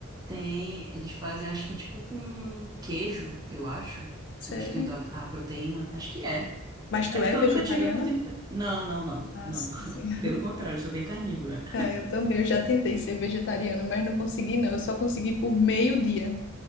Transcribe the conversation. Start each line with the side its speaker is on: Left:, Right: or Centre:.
Right: Tem, eles fazem, acho que tipo com queijo, eu acho,
Left: Sério?
Right: substituindo a, a proteína. Acho que é.
Left: Mas tu
Right: É porque
Left: é vegetariana?
Right: eu nunca tive a oportunidade. Não, não, não,
Left: Ah,
Right: não.
Left: sim, sim.
Right: <laughs> Pelo contrário, eu sou bem carnívora.
Left: Eu também, eu já tentei ser vegetariana, mas não consegui não. Eu só consegui por meio-dia.